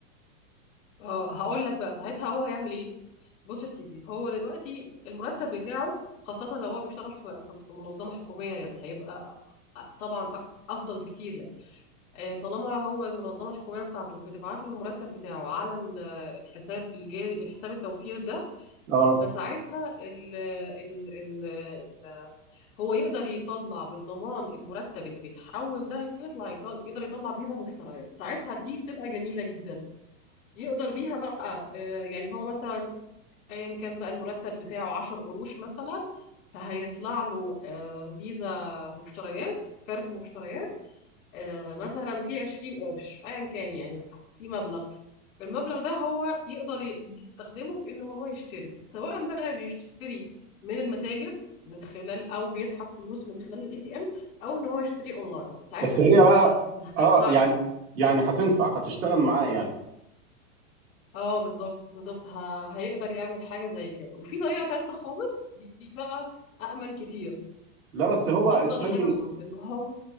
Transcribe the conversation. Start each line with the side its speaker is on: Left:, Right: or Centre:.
Left: اه هقول لك بقى ساعتها هو هيعمل ايه بص يا سيدي هو دلوقتي المرتب بتاعه خاصة لو هو بيشتغل في في- في منظمة حكومية يعني هيبقى طبعا أك- افضل بكتير يعني آه، طالما هو المنظمة الحكومية بتاعته بتبعت له المرتب بتاعه على ال- الحساب الجاري الحساب التوفير ده
Right: اه
Left: فساعتها ال ال ال ال هو يقدر يطلع بضمان المرتب اللي بيتحول ده يطلع يطل يقدر يطلع فيزا مشتريات ساعتها دي بتبقى جميلة جدا يقدر بيها بقى آه، يعني هو مثلا ايا كان بقى المرتب بتاعه 10 قروش مثلا فهيطلع له آه، فيزا مشتريات كارت مشتريات آه، مثلا في 20 قرش ايا كان يعني ح- في مبلغ المبلغ ده هو يقدر ي- يستخدمه في ان هو يشتري سواء بقى بيشتري من المتاجر من خلال او بيسحب فلوس من خلال الاي تي ام او ان هو يشتري اونلاين ساعتها
Right: بس
Left: دي
Right: هي
Left: تبقى
Right: بقى
Left: هتساعده
Right: اه يعني
Left: بقى
Right: يعني هتنفع هتشتغل معاه يعني
Left: اه بالظبط بالظبط ه- هيقدر يعمل حاجه زي كده وفي طريقه تالته خالص دي بقى أأمن كتير
Right: لا بس هو
Left: أفضل
Right: استني
Left: حاجة خالص إن هو